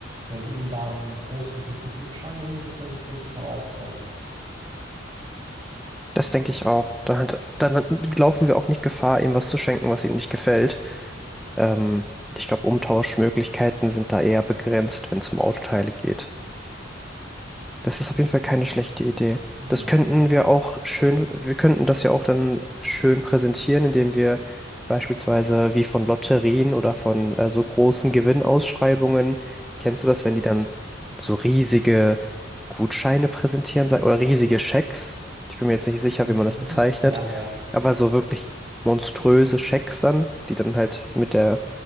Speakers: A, on the right (about 25°); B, in the centre.
A: Wenn wir ihn da einen großen, guten Gutschein holen, wird er sich, denke ich mal, auch freuen.
B: Das denke ich auch. Dann, hat, dann hat- laufen wir auch nicht Gefahr, ihm was zu schenken, was ihm nicht gefällt. Ähm, ich glaube, Umtauschmöglichkeiten sind da eher begrenzt, wenn es um Autoteile geht. Das ist auf jeden Fall keine schlechte Idee.
A: Genau.
B: Das könnten wir auch schön, wir könnten das ja auch dann schön präsentieren, indem wir beispielsweise wie von Lotterien oder von äh, so großen Gewinnausschreibungen, kennst du das, wenn die dann so riesige Gutscheine präsentieren sag- oder riesige Schecks? Ich bin mir jetzt nicht sicher,
A: Mhm.
B: wie man
A: <laughs>
B: das bezeichnet,
A: Ja, ja.
B: aber so wirklich monströse Schecks dann, die dann halt mit der,